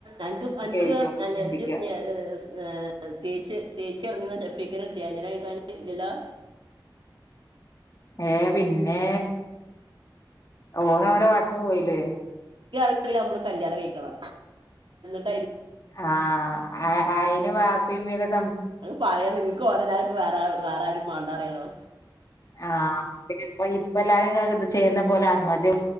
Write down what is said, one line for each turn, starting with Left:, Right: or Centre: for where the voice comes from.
Right: അൻക്ക് അൻക്ക്
Left: ആയിരിക്കും
Right: <unintelligible>
Left: ചിന്തിക്ക
Right: തേച്ച് തേച്ചിറങ്ങ <unintelligible> ഇല്ലല്ലോ
Left: ഏ പിന്നേ ഓനോരോ ആട്ടിനെ പോയില്ലേ
Right: ല്ല അമ്മള് കല്യാണം കഴിക്കണെ <unintelligible>
Left: ആ അ അയിന് വാപ്പേം മികത് -
Right: അത് പറയണ് ഇൻക്ക് ഓനല്ലാതെ വേറാരും വേറാരും വേണ്ടാറിയണു
Left: ആ ഇപ്പ ഇപ്പം എല്ലാരും ചെയ്യുന്ന പോലെ ആത്മഹത്യ